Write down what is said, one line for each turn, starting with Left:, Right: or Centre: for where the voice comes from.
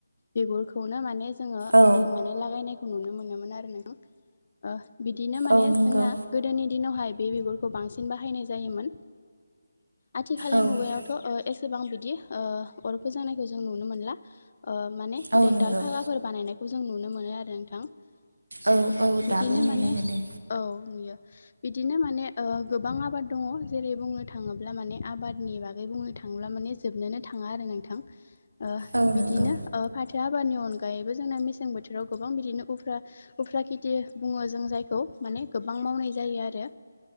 Left: बिगुरखौनो माने जोङो
Right: औ
Left: अर माने लागायनायखौ नुनो मोनोमोन आरो नों बिदिनो माने
Right: औ नंगौ
Left: जोंना गोदोनि दिनावहाय बे बिगुरखौ बांसिन बाहायनाय जायोमोन आथिखालनि
Right: औ
Left: मुगायावथ' एसेबां बिदि अर फोजों नायखौ जों नुनो मोनला माने
Right: औ
Left: दोनदाल
Right: नंगौ
Left: भाखाफोर बानायनायखौ जों नुनो मोनो आरो नोंथां
Right: औ औ दाबो
Left: बिदिनो
Right: नुनो
Left: माने
Right: मोनो
Left: औ नुयो बिदिनो माने गोबां आबाद दङ जेरै बुंनो थाङोब्ला माने आबाद नि बागै बुंनो थाङोब्ला माने जोबनोनो थाङा आरो नोंथां
Right: औ
Left: बिदिनो
Right: नंगौ
Left: फाथो आबादनि अनगाै आनगायैबो जोंना मेसें बोथोराव गोबां बिदिनो्रा उफ्रा खेथि बुङो जों जायखौ माने गोबां मावनाय जायो आरो